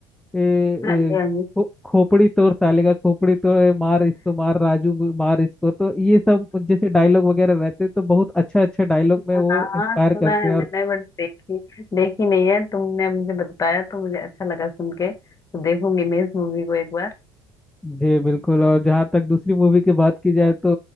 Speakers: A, in the centre; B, on the left (about 25°).
A: ए, ए,
B: हाँ जी हाँ जी
A: खो- खोपड़ी तोड़ साले का खोपड़ी तोड़ ए, मार इसको मार राजू को मार इसको तो ये सब जैसे डायलॉग वगैरह रहते हैं तो बहुत अच्छा अच्छा डायलॉग में
B: हाँ
A: वो इंस्पायर
B: हाँ सुना
A: करते
B: है
A: हैं
B: मैंने
A: और
B: बट देखी देखी नहीं है तुमने मुझे बताया तो मुझे अच्छा लगा सुन के तो देखूंगी मैं इस मूवी को एक बार
A: जी बिल्कुल और जहाँ तक दूसरी मूवी की बात की जाए तो